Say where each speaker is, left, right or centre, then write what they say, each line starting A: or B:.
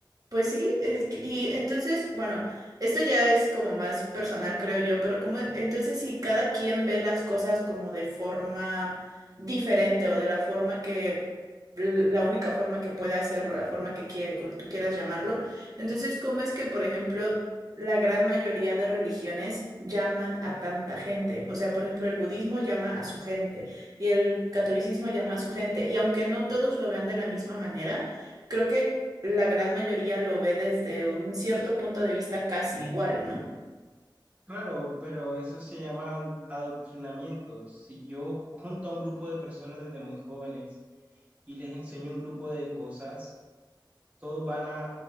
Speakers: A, on the right (about 50°); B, on the right (about 15°).
A: Pues sí, es que- y entonces, bueno, esto ya es como más personal, creo yo, pero como entonces si cada quien ve las cosas como de forma diferente o de la forma que, l- la única forma que puede hacerlo, la forma que quiere, como tú quieras llamarlo, entonces, ¿cómo es que, por ejemplo, la gran mayoría de religiones llaman a tanta gente? O sea, por ejemplo, el budismo llama a su gente y el catolicismo llama a su gente, y aunque no todos lo vean de la misma manera, creo que la gran mayoría lo ve desde un cierto punto de vista casi igual, ¿no?
B: Claro, pero eso se llama ad- adoctrinamiento. Si yo junto a un grupo de personas desde muy jóvenes, y les enseño un grupo de cosas, todos van a,